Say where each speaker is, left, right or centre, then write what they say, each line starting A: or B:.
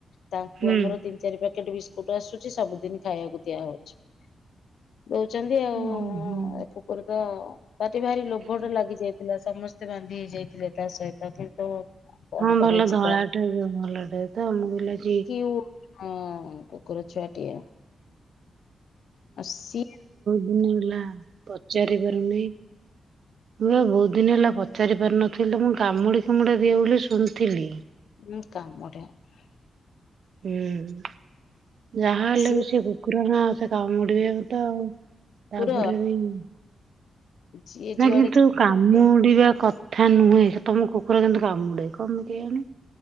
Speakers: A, on the left; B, on the right.
A: କୁ
B: ହୁଁ ହୁଁ।
A: ଆମର ତିନି ଚାରି ପ୍ୟାକେଟ ବି କୁଟୁ ଆସୁଚି ସବୁଦିନ ଖାଇବାକୁ ଦିଆହଉଚି। <inaudible> ଦଉଚନ୍ତି ଆଉ।
B: ଓହୋ ହଁ
A: ଏ କୁକୁର ତ ତାଟି ଭାରି ଲୋଭଟା ଲାଗିଚ ପିଲା ସମସ୍ତେ ବାନ୍ଧି ହେଇଯାଇଥିଲେ ତା ସହିତ କିନ୍ତୁ କଣ
B: ହଁ
A: କରାଯିବ
B: ଭଲ ଧଳାଟେ ଭଲ ଟେ ତ ମୁଁ କହିଲି ଆଜି
A: ଓଃ ହଁ କୁକୁର ଛୁଆଟିଏ। <inaudible> ଅଶୀ
B: ଦିନି ହେଲା ପଚାରି ପାରୁନି <inaudible> ମୁଁ ବି ଆଉ ବହୁତ ଦିନ ହେଲା ପଚାରି ପାରୁ ନଥିଲି ମୁଁ କାମୁଡି କୁମୁଡ଼ା ଦିଏ ବୋଲି ଶୁଣିଥିଲି।
A: ଉଁ କାମୁଡେ। <inaudible>
B: ଉଁ। ଯାହା ହେଲେ
A: ସିଏ
B: ବି ସେ କୁକୁର ନାଁ ଆ କାମୁଡିବାକୁ ତ <inaudible> ଆଉ ତା
A: କୁକୁର
B: ପରେ ବି <inaudible>
A: ଯିଏ
B: ନା
A: ଯୁଆଡେ
B: କିନ୍ତୁ
A: ଯାଉଚି
B: କାମୁଡିବା କ ଥା ନୁହେଁ ସେ ତମ କୁକୁର କିନ୍ତୁ କାମୁଡେ କଣ କେଇଆଣି।